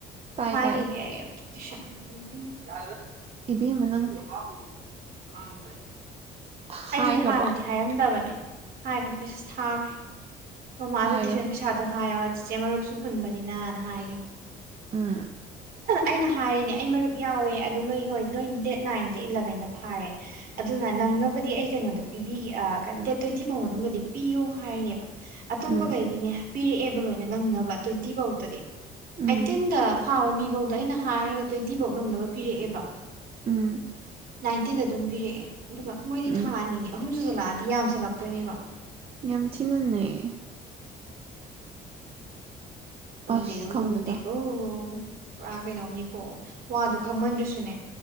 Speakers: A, on the right; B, on the right.
A: ꯇꯥꯏ
B: ꯍꯥꯏꯒꯤꯒꯦ
A: ꯇꯥꯏ
B: ꯑꯩꯑꯝ ꯁꯟ ꯅ
A: ꯏꯕꯦꯝꯃ ꯅꯪ
B: ꯑꯗꯨ ꯍꯥꯞꯄꯨꯅꯣ ꯑꯥꯡ
A: ꯍꯥꯏꯈ꯭ꯔꯕꯣ
B: ꯑꯩꯁꯦ ꯍꯥꯟꯅꯗꯤ ꯍꯥꯏꯔꯝꯗꯕꯅꯦ ꯍꯥꯏꯒꯔ꯭ꯦ ꯃꯦꯁꯦꯁ ꯊ꯭ꯒꯔꯦ ꯃꯃꯥꯗ
A: ꯍꯥꯏꯌꯣ
B: ꯇꯌꯨꯏꯁꯟ ꯄꯤꯁꯥꯗꯣ ꯍꯥꯏꯑꯣ ꯆꯤꯆꯦ ꯃꯔꯨꯞꯁꯨ ꯐꯨꯟꯕꯅꯤꯅꯅ ꯍꯥꯏꯌꯦ
A: ꯎꯝ
B: ꯑꯩꯅ ꯍꯥꯏꯔꯤꯅꯦ ꯑꯩ ꯃꯔꯨꯞ ꯌꯥꯎꯋꯦ ꯑꯗꯣ ꯅꯣꯏ ꯍꯣꯏ ꯅꯣꯏ ꯗꯦꯠ ꯅꯥꯏꯟꯗ ꯏꯂꯕꯦꯟꯗ ꯐꯥꯔꯦ ꯑꯗꯨꯅ ꯅꯪꯅꯕꯨꯗꯤ ꯑꯩ ꯀꯩꯅꯣꯗ ꯄꯤꯕꯤꯒꯦ ꯑ ꯀꯩ ꯗꯦꯠ ꯇ꯭ꯋꯦꯟꯇꯤ ꯐꯥꯎ ꯃꯅꯨꯡꯗꯗꯤ ꯄꯤꯌꯣ ꯍꯥꯏꯔꯤꯅꯦꯕ ꯑꯇꯣꯞꯄ
A: ꯎꯝ
B: ꯀꯩꯗꯤꯅꯦ ꯄꯤꯔꯛ ꯑꯦꯕ ꯂꯣꯏꯅꯥ ꯩꯅ ꯅꯪꯅꯕ ꯇ꯭ꯋꯦꯟꯇꯤ ꯐꯧꯗꯗꯤ ꯑꯩꯥꯏꯠꯇꯤꯟꯗ
A: ꯎꯝ
B: ꯐꯥꯕ ꯃꯤ ꯐꯧꯗ ꯑꯩꯅ ꯍꯥꯏꯔꯒ ꯇ꯭ꯋꯦꯟꯇꯤ ꯐꯧ ꯅꯪꯅꯕ ꯄꯤꯔꯛꯑꯦꯕ
A: ꯎꯝ
B: ꯅꯥꯏꯟꯇꯤꯟꯗ ꯑꯗꯨꯝ ꯄꯤꯔꯛꯑꯦ ꯑꯗꯨꯒ ꯃꯣꯏꯗꯤ
A: ꯎꯝ
B: ꯊꯥ ꯑꯅꯤꯅꯦ ꯑꯍꯨꯝꯁꯨ ꯂꯥꯛꯑꯗꯤ ꯌꯥꯝꯁꯜ ꯂꯛꯇꯣꯏꯅꯦꯕ
A: ꯌꯥꯝ ꯊꯤꯅꯅꯩ
B: ꯀꯪꯗꯦꯀꯣ
A: ꯑꯁ ꯈꯪꯗꯦꯗ
B: ꯀꯪꯗꯦꯀꯣ ꯄꯨꯔꯥ ꯀꯩꯅꯣꯝꯅꯤꯀꯣ ꯋꯥꯗꯣ ꯈꯪꯃꯟꯗ꯭ꯔꯁꯨꯅꯦ